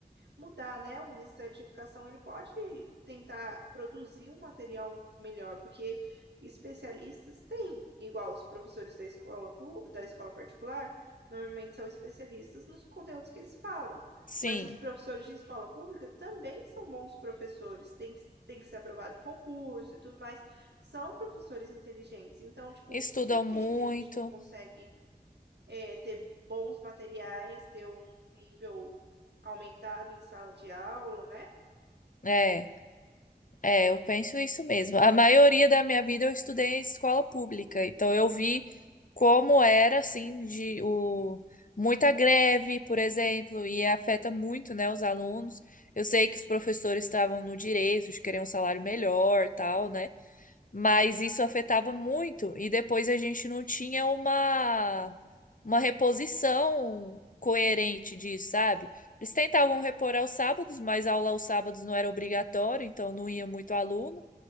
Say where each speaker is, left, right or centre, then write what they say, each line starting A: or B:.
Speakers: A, on the right; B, on the left.
A: mudar, né? O Ministério de Educação ele pode tentar produzir um material melhor, porque especialistas têm, igual os professores da escola, pu- da escola particular, normalmente são especialistas nos conteúdos que eles falam.
B: Sim,
A: Mas os professores de escola pública também são bons professores, tem que, tem que ser aprovado em concurso e tudo mais. São professores inteligentes. Então, tipo,
B: estudam
A: por que
B: muito,
A: que a gente não consegue é, ter bons materiais, ter um nível aumentado em sala de aula, né?
B: é. É, eu penso isso mesmo. A maioria da minha vida eu estudei em escola pública, então eu vi como era assim de o muita greve, por exemplo, e afeta muito, né, os alunos. Eu sei que os professores estavam no direito de querer um salário melhor, tal, né? mas isso afetava muito e depois a gente não tinha uma uma reposição coerente disso, sabe? Eles tentavam repor aos sábados, mas a aula aos sábados não era obrigatório, então não ia muito aluno.